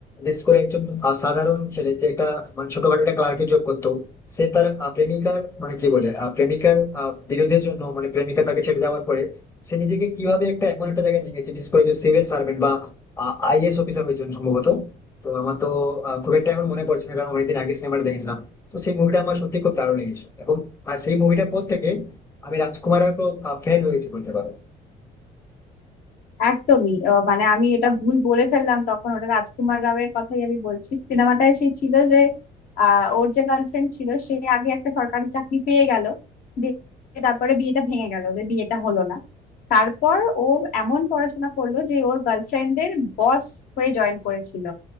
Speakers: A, on the left; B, on the left.
A: বিশেষ করে একজন আহ, সাধারণ ছেলে যে একটা মানে ছোটখাটো একটা ক্লার্কে জব করতো সে তার আহ, প্রেমিকার মানে কি বলে আহ, প্রেমিকার আহ, বিরোধের জন্য মানে প্রেমিকা তাকে ছেড়ে দেওয়ার পরে সে নিজেকে কিভাবে একটা এমন একটা জায়গায় নিয়ে গেছে বিশেষ করে যে সিভিল সার্ভেন্ট বা আইএএস অফিসার হয়েছিলেন সম্ভবত তো আমার তো আহ, খুব একটা এখন মনে পড়ছে না কারণ অনেকদিন আগে সিনেমাটা দেখেছিলাম তো সেই মুভিটা আমার সত্যি খুব দারুণ লেগেছিল এবং আর সেই মুভিটার পর থেকে আমি রাজকুমারের ফ্যান হয়ে গেছি বলতে পারো
B: একদমই আহ, মানে আমি এটা ভুল বলে ফেললাম তখন ওটা রাজকুমার রাওয়ের কথাই আমি বলছি সিনেমাটায় সেই ছিল যে আহ, ওর যে গার্লফ্রেন্ড ছিল সে আগে একটা সরকারি চাকরি পেয়ে গেল দিয়ে তারপরে বিয়েটা ভেঙে গেল ওদের বিয়েটা হলো না তারপর ও এমন পড়াশোনা করলো যে ওর গার্লফ্রেন্ডের বস হয়ে জয়েন করেছিল